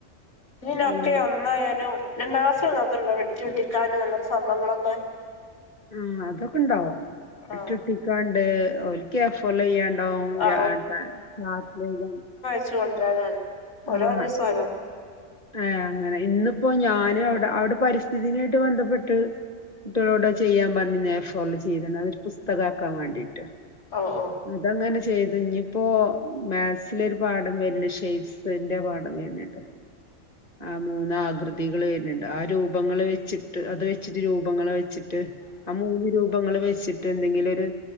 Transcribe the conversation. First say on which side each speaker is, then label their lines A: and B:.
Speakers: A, on the left; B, on the left.
A: ഈനൊക്കെ
B: പിന്നെ
A: ഒന്നായാലും രണ്ടാം ക്ലാസ്സ്‌ൽ അങ്ങനത്തെണ്ടോ വെട്ടി ഒട്ടിക്കാനുംഅങ്ങനത്തെ സംഭങ്ങളൊക്കെ
B: ഉം അതൊക്കെ ഇണ്ടാവും വെട്ടി
A: ആ
B: ഒട്ടിക്കാണ്ട് ഓല്ക്ക് എഫോർ ചെയ്യാണ്ടാവും
A: ആ
B: ചാർട്ടിൽ
A: വരേച്ചു കൊണ്ടൊരാൻ ഓരോ
B: ആഹ്
A: ദിവസം ഓരോ
B: ഏഹ് അങ്ങനെ ഇന്നിപ്പോ ഞാന് അവിടെ അവിടെ പരിസ്ഥിതിനായിട്ട് ബന്ധപ്പെട്ട് കുട്ടികളോട് ചെയ്യാൻ പറഞ്ഞ അഫോറിൽ ചെയ്‌തേന് ഒരു പുസ്തകമാക്കാൻ വേണ്ടിട്ട്
A: ഓ ഓ
B: അതങ്ങനെ ചെയ്തു ഇനിയിപ്പോ മാത്‍സ് ൽ ഒരു പാഠം വരില്ലേ ഷേപ്സ് ന്റെ പാഠം വരുന്നുണ്ട്. ആ മൂന്ന് ആകൃതികൾ വരുന്നുണ്ട് ആ രൂപങ്ങൾ വെച്ചിട്ട് അത് വെച്ചിട്ട് രൂപങ്ങൾ വെച്ചിട്ട് ട്ട് ആ മൂന്ന് രൂപങ്ങൾ വെച്ചിട്ട് എന്തെങ്കിലും ഒരു